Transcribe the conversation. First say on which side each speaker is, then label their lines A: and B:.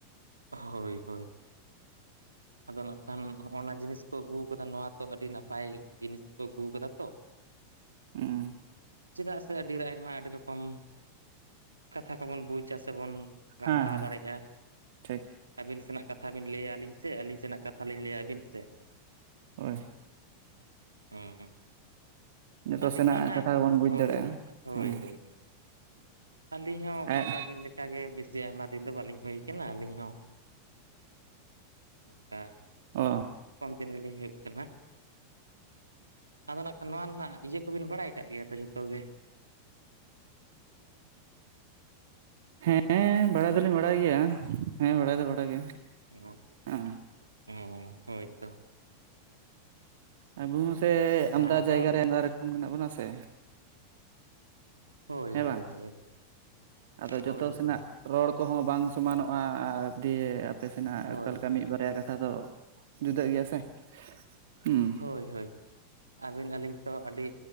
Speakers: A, on the right (about 75°); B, on the right (about 55°).
A: ᱦᱳᱭ ᱦᱳᱭ ᱟᱫᱚᱱᱟᱜ, ᱠᱷᱟᱱ ᱦᱚᱸᱜ ᱱᱚᱣᱟ ᱡᱤᱱᱤᱥ ᱠᱚ ᱟᱹᱜᱩ ᱠᱟᱫᱟ ᱱᱚᱣᱟ ᱛᱚ ᱟᱹᱰᱤ ᱱᱟᱯᱟᱭ ᱡᱤᱱᱤᱥ ᱠᱚ ᱟᱹᱜᱩ ᱠᱟᱫᱟ ᱛᱚ,
B: ᱦᱩᱸ
A: ᱪᱮᱫᱟᱜ ᱥᱮ ᱟᱹᱰᱤ ᱟᱭᱢᱟ ᱟᱹᱰᱤ ᱨᱚᱠ ᱠᱚᱢ ᱠᱟᱛᱷᱟ ᱠᱚᱵᱚᱱ ᱵᱩᱡᱟ ᱥᱮᱵᱚᱱ ᱜᱟᱞᱢᱟᱨᱟᱣ
B: ᱦᱮᱸ ᱦᱮᱸ
A: ᱫᱟᱲᱮᱭᱟᱜᱼᱟ ᱾
B: ᱴᱷᱤᱠ
A: ᱟᱹᱵᱤᱱ ᱥᱮᱱᱟᱜ ᱠᱟᱛᱷᱟ ᱵᱤᱱ ᱞᱟᱹᱭᱟ ᱟᱹᱞᱤᱧ ᱥᱮᱫ ᱟᱹᱞᱤᱧ ᱥᱮᱱᱟᱜ ᱠᱟᱛᱷᱟ ᱞᱤᱧ ᱞᱟᱹᱭᱟ ᱟᱹᱵᱤᱱ ᱥᱮᱫ,
B: ᱦᱳᱭ
A: <unintelligible>
B: ᱡᱚᱛᱚ
A: ᱟᱹᱞᱤᱧ
B: ᱥᱮᱱᱟᱜ
A: ᱦᱚᱸ ᱚᱱᱟ
B: ᱠᱟᱛᱷᱟ ᱜᱮᱵᱚᱱ ᱵᱩᱡᱽ
A: ᱦᱳᱭ
B: ᱫᱟᱲᱮᱭᱟᱜᱼᱟ
A: ᱦᱳᱭ
B: ᱦᱩᱸ
A: ᱦᱳᱭ ᱟᱹᱞᱤᱧ ᱦᱚᱸ ᱚᱱᱠᱟ
B: ᱮᱸ
A: ᱜᱮ ᱟᱵᱤᱱ ᱞᱮ ᱚᱱᱠᱟᱜᱮ ᱵᱮᱥᱤ ᱟᱭᱢᱟ ᱫᱤᱱ ᱫᱚ ᱵᱟᱹᱞᱤᱧ ᱦᱩᱭ ᱟᱠᱟᱱᱟ ᱟᱹᱞᱤᱧ ᱦᱚᱸ ᱚᱱᱠᱟ
B: ᱚ
A: ᱠᱚᱢ ᱫᱤᱱ ᱜᱮᱞᱤᱧ ᱦᱩᱭᱩᱜ ᱠᱟᱱᱟ ᱾ ᱟᱫᱚ ᱱᱟᱜ ᱠᱷᱟᱱ ᱱᱚᱣᱟ ᱨᱮᱱᱟᱜ ᱤᱭᱟᱹ ᱠᱚᱵᱤᱱ ᱵᱟᱲᱟᱭ ᱠᱟᱜ ᱜᱮᱭᱟ ᱛᱚ ᱡᱷᱚᱛᱚ ᱜᱮ,
B: ᱦᱮᱸ ᱵᱟᱲᱟᱭ ᱫᱚᱞᱤᱧ ᱵᱟᱲᱟᱭ ᱜᱮᱭᱟ ᱦᱮᱸ ᱵᱟᱲᱟᱭ ᱫᱚ ᱵᱟᱲᱟᱭ ᱜᱮ,
A: ᱚ ᱟᱪᱪᱷᱟ ᱪᱷᱟ
B: ᱦᱮᱸ
A: ᱚ ᱦᱳᱭᱛᱚ
B: ᱟ ᱵᱩ ᱢᱟᱥᱮ
A: ᱵᱟᱝ
B: ᱟᱢᱫᱟ
A: ᱟᱫᱚ
B: ᱡᱟᱭᱜᱼᱟ ᱨᱮ ᱟᱢᱫᱟ ᱨᱚᱠᱚᱢ ᱢᱮᱱᱟᱜ ᱵᱚᱱᱟ ᱥᱮ᱾
A: ᱦᱳᱭ
B: ᱦᱮᱸ
A: ᱦᱳᱭ
B: ᱵᱟᱝ
A: ᱦᱳᱭ
B: ᱟᱫᱚ
A: ᱦᱳᱭ
B: ᱡᱚᱛᱚ ᱥᱮᱱᱟᱜ
A: ᱦᱳᱭ
B: ᱨᱚᱲ ᱠᱚᱦᱚᱸ ᱵᱟᱝ ᱥᱚᱢᱟᱱᱚᱜᱼᱟ, ᱟᱨ ᱫᱤᱭᱮ ᱟᱯᱮ ᱥᱮᱱᱟᱜ
A: ᱦᱳᱭ
B: ᱚᱠᱟ ᱞᱮᱠᱟ ᱢᱤᱫ
A: ᱦᱳᱭ
B: ᱵᱟᱨᱭᱟ ᱠᱟ ᱠᱟᱛᱷᱟ ᱫᱚ ᱡᱩᱫᱟᱹᱜ ᱜᱮᱭᱟ ᱥᱮ, ᱦᱩᱸ
A: ᱦᱳᱭ ᱦᱳᱭ ᱟᱹᱵᱤᱱ ᱟᱹᱞᱤᱧ ᱛᱚ ᱟᱹᱰᱤ